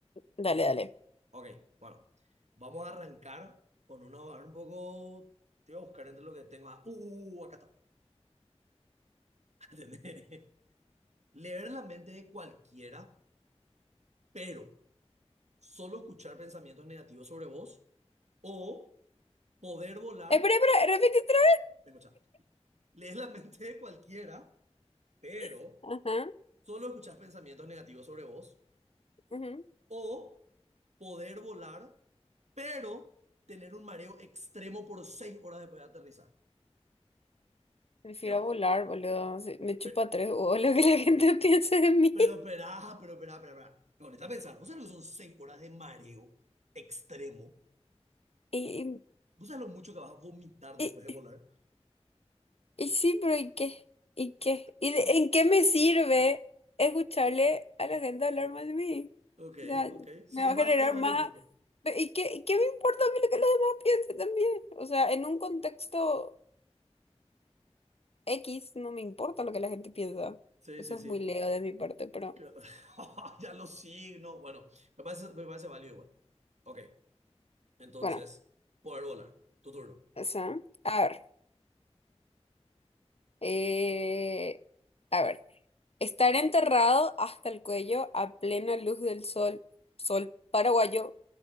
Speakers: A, on the left (about 60°); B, on the right (about 90°).
A: Dale, dale.
B: Ok, bueno, vamos a arrancar con una hoja un poco. Te voy a buscar entre lo que tengo. Ah, uh, uh, uh, uh, acá está. <laughs> ¿Entendés? Leer la mente de cualquiera, pero solo escuchar pensamientos negativos sobre vos o poder volar.
A: Espera, espera, repite otra
B: Escucha, lees la mente de cualquiera, pero
A: vez. Ajá,
B: solo escuchas pensamientos negativos sobre vos
A: ujú.
B: o poder volar, pero tener un mareo extremo por seis horas después de aterrizar.
A: Prefiero
B: Eh,
A: volar, boludo. Sí, Me chupa
B: pero,
A: tres huevos lo <laughs> que la gente <laughs> piense de mí.
B: Pero perá, pero perá, pero perá. Ponete a pensar, ¿vos sabés lo que son seis horas de mareo extremo?
A: Y,
B: ¿Vos sabés lo mucho que vas a vomitar después
A: y,
B: de
A: y-
B: volar?
A: y sí, pero ¿y qué? ¿Y qué?
B: <laughs>
A: ¿Y de- en qué me sirve escucharle a la gente hablar mal de mí?
B: Ok,
A: O sea,
B: ok. Sí,
A: me va
B: es
A: a
B: válido,
A: generar
B: es válido
A: más...
B: el punto.
A: Pe- ¿Y qué, y qué me importa a mí lo que los demás piensen también? O sea, en un contexto... X, no me importa lo que la gente piensa.
B: Sí,
A: Eso
B: sí,
A: es
B: sí.
A: muy leo de mi parte, pero
B: Que- <laughs> Ya los signos. Bueno, me parece, me parece válido igual. Ok, entonces,
A: bueno,
B: poder volar. Tu turno.
A: o sea, a ver. eh, a ver. Estar enterrado hasta el cuello a plena luz del sol, sol paraguayo,